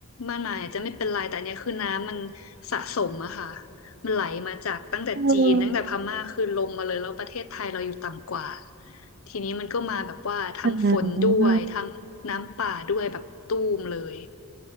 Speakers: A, on the left; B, on the right.
A: บ้านนายอาจจะไม่เป็นไรแต่อันเนี้ยคือน้ำมันสะสมอะค่ะ ไหลมาจากตั้งแต่จีนตั้งแต่พม่าคือลงมาเลยแล้วประเทศไทยเราอยู่ต่ำกว่า
B: ออ
A: ทีนี้มันก็มาแบบว่าทั้งฝนด้วยทั้งน้ำป่าด้วยแบบตูมเลย
B: อ่า